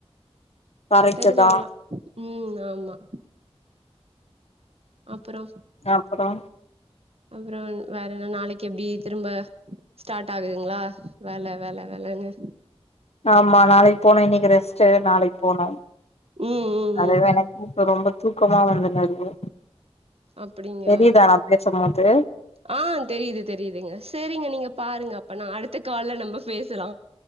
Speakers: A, on the left (about 70°); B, on the right (about 65°).
A: கரெக்ட்டு
B: தெரிஞ்சவங்களா
A: தா
B: ம் ஆமா அப்றோ
A: அப்றோ
B: அப்றோ வேற என்ன நாளைக்கு எப்டி திரும்ப ஸ்டார்ட் ஆகுதுங்களா வேல வேல வேலணு
A: ஆமா நாளைக் போனு இன்னைக்கு ரெஸ்ட்டு நாளைக் போனு
B: ம் ம்
A: அது
B: ம்
A: எனக் இப்ப ரொம்ப தூக்கமா வந்துன்னுருக்கு
B: அப்டிங்களா
A: தெரியுதா நா பேச போது
B: ஆ தெரியுது தெரியுதுங்க சேரிங்க நீங்க பாருங்க அப்பனா அடுத்த கால்ல நம்ம பேசலா